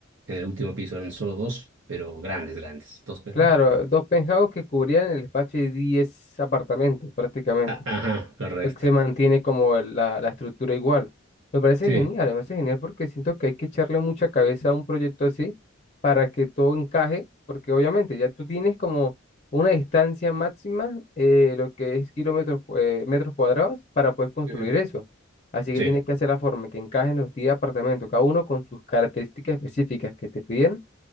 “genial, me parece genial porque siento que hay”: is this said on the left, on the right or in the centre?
Left